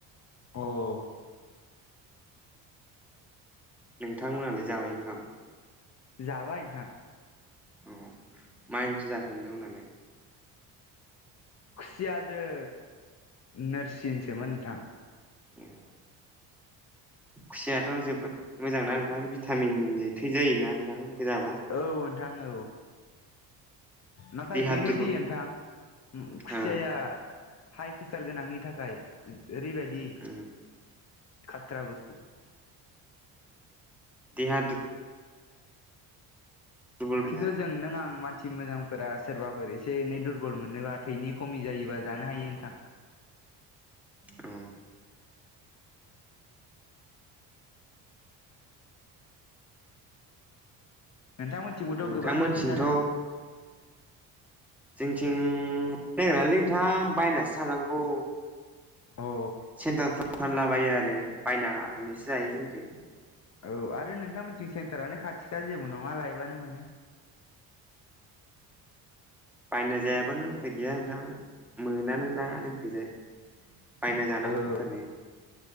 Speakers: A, on the left (about 40°); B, in the centre.
A: अ।
B: नोंथांमोनालाय जाबाय ओंखाम?
A: जाबाय नोंथां।
B: औ मा ओंख्रि जाखो नोंथांमोननालाय?
A: खुसिया जों नोरसिनसोमोन नोंथां।
B: ए। खुसियाथ' जोबोद मोजांना नोंथां भिटामिन जायो थै जायोना नोंथां इखो जाबा?
A: औ नोंथां औ। नाथाय
B: देहा
A: बेनोदि
B: दुरबल
A: नोंथां खुसियाया।
B: ओ
A: हाइ प्रेसार गोनांनि थाखाय ओरैबायदि।
B: उम
A: खात्रा बस्थु।
B: देहा दुर दुरबल
A: खिन्थु
B: जा
A: जों नों आं मा थि मोजांफोरा सोरबाफोर एसे एनै दुरबल मोनोबा थैनि खमि जायोबा जानो हायो नोंथां
B: औ
A: नोंथांमोनथिंबोथ'
B: नोंथांमोनथिंथ'
A: गोबां मोनो जानो हागौ
B: जोंथिं सेंग्र लैनोथां बायनासो थानांगौ
A: औ
B: सेन्टारफ्राव फानलाबायो आरो बायनानैसो जायो जोंख
A: औ आरो नोंथांमोनथिं सेन्टारानो खाथि खा जेबो नङा लायबानो मोनो
B: बायना जायाब्लानो उफाय गैया नोंथां मोनानो ना जों फैजाय बायना जानांगौार
A: औ